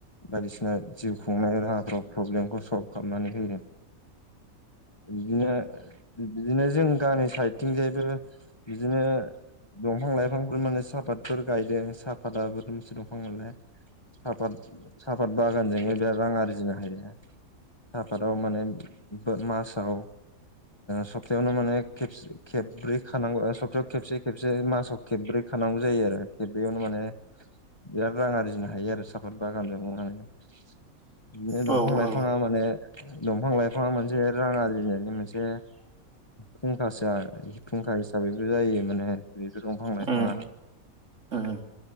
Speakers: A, on the left (about 20°); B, on the right (about 55°).
A: बायदिसिना जिउ खुंनाय राहाफोराव प्रब्लेमखौ सल्फ खामनानै होगोन बिदिनो बिदिनो जों गामि साइडथिंजायबो बिदिनो दंफां-लाइफांफोर माने सा पातफोर गायदों सापाताबो मोनसे दंफां मोनलाय सापात सापात बागानजोंनो बिराद रां आरजिनो हायो सापादाव माने मासाव सप्तायावनो माने खेब खेबब्रै खानांगौ सप्तायाव खेबसे खेबसे मासाव खेबब्रै खानांगौ जायो आरो बेयावनो माने बिराद रां आरजिनो हायो आरो सापात बागानजों माने बिदिनो
B: औ
A: दंफां
B: औ
A: लाइफाङा माने दंफां लाइफाङा मोनसे रां आरजिनायनि मोनसे फुंखासोआ फुंखा हिसाबैबो जायो माने बेबो दंफां लाइफाङा।
B: उम उम